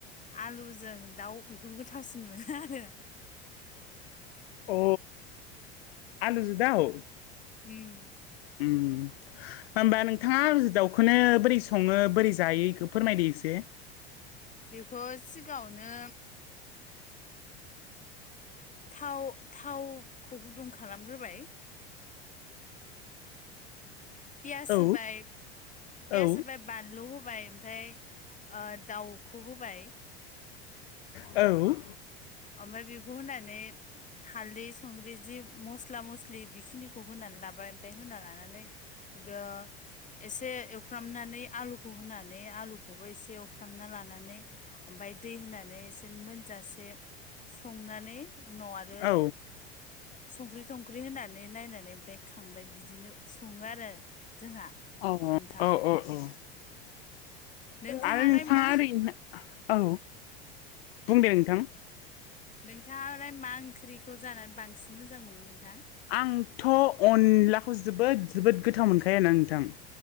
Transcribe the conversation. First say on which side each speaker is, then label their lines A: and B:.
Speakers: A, on the left (about 25°); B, on the left (about 70°).
A: आलुजों दाउ बेखौ गोथावसिन मोनो आरो
B: अ आलुजों दाव
A: उम
B: उम होमबा नोंथाङा दाउखौनो बोरै सङो बोरै जायो बेखौ फोरमायदो एसे
A: बेखौ सिगाङावनो थाव थावखौ गुदुं खालामग्रोबाय पियास
B: औ
A: होबाय
B: औ
A: बानलु होबाय ओमफ्राय दाउखौ होबाय
B: औ
A: ओमफ्राय बिखौ होनानै हालदै संख्रि जि मस्ला मस्लि बेखिनिखौ होनानै लाबाय होनना लानानै ओ एसे एवफ्रामनानै आलु खौ होनानै आलुखौबो एसे एवफ्रामना लानानै ओमफ्राय दै होनानै एसे मोनजासे संनानै उनाव आरो
B: औ अ
A: संख्रि थंख्रि होनानै नायनानै ओमफ्राय खांबाय बिदिनो सङो आरो जोंहा।
B: औ
A: नोंथां
B: औ औ औ
A: नोंथाङालाय
B: आरो नोंथाङा
A: मा
B: ओरैनो औ बुंदे नोंथां।
A: नोंथाङालाय मा ओंख्रिखौ जानानै बांसिन मोजां मोनो नोंथां?
B: आंथ' अनलाखौ जोबोद जोबोद गोथाव मोनखायोना नोंथां।